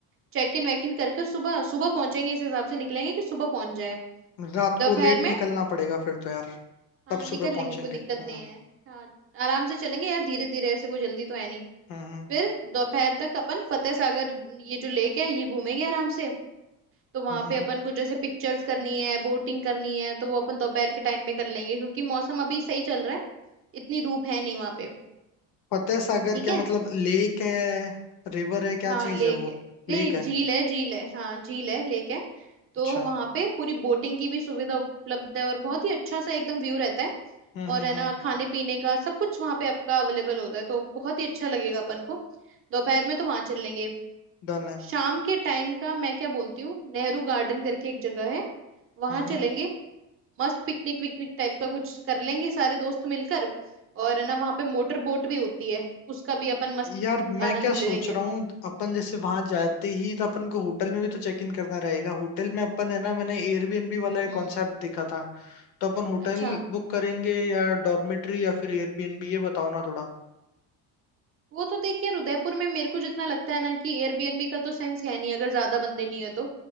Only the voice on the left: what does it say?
रात
को लेट निकलना
पड़ेगा फिर तो यार
तब
सुबह
पहुंचेंगे
हम्म
हम्म
हम्म हम्म।
फतेह सागर
क्या
मतलब लेक है रिवर है क्या
चीज
है वो
लेक
है
अच्छा
हम्म
हम्म
हम्म
डन है
हम्म
हम्म।
यार मैं
क्या
सोच
रहा हूँ अपन जैसे वहां जाते ही तो अपन को होटल में भी तो चेक इन करना रहेगा होटल में अपन है ना मैंने एयरबीएनबी वाला
एक कॉन्सेप्ट देखा था तो अपन होटल
बुक करेंगे या डॉर्मेट्री या फिर एयरबीएनबी ये बताओ ना थोड़ा